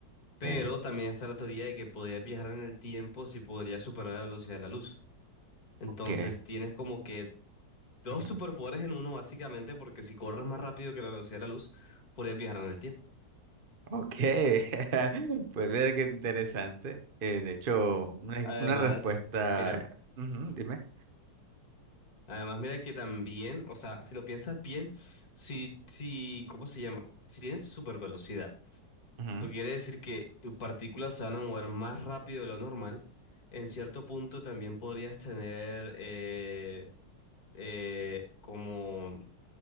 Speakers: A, on the left; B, on the right.
A: pero
B: Ok,
A: también está la teoría de que podrías viajar en el tiempo si podrías superar la velocidad de la luz. Entonces
B: ok,
A: tienes como que dos
B: ujú,
A: superpoderes en uno básicamente porque si corres más rápido que la velocidad de la luz, podrías viajar en el tiempo.
B: ok. <laughs> Pues mira qué interesante. Eh, de hecho, una,
A: Además,
B: una respuesta.
A: mira.
B: ujú, dime.
A: Además, mira que también, o sea, si lo piensas bien, si, si, ¿cómo se llama? Si tienes super velocidad,
B: Ujú,
A: lo que quiere decir que tus partículas se van a mover más rápido de lo normal, en cierto punto también podrías tener eh, eh, como